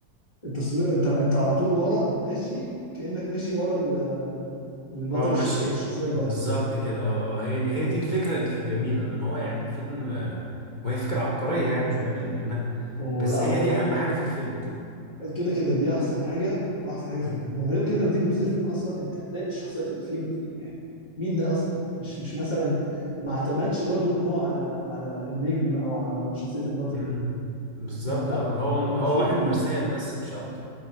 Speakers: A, on the left; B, on the left.
A: التصوير انت انت على طول ورا ماشي كأنك ماشي ورا ال- البطل
B: اه
A: الشخص
B: ماشي
A: الشخصية البطل
B: بالظبط كده اه اه هي دي هي دي الفكره اللي فيه الجميله انما هو يعني فيلم آه، وهي فكره عبقريه يعني مش بقلل منها
A: ولا
B: بس
A: هو
B: هي دي اهم حاجه في الفيلم
A: كده كده دي احسن حاجه واحسن حاجه
B: مم.
A: في الفيلم وغير كده لما تيجي تبص الفيلم اصلا انت هتلاقي ان الشخصيات اللي فيه ما فيه يعني مين ده اصلا مش مش مثلا ما اعتمدش برضو ان هو على على النجم او على شخصيه البطل
B: مم. بالظبط
A: ده لا
B: اه هو
A: الفيلم
B: هو واحد مرسال بس مش اكتر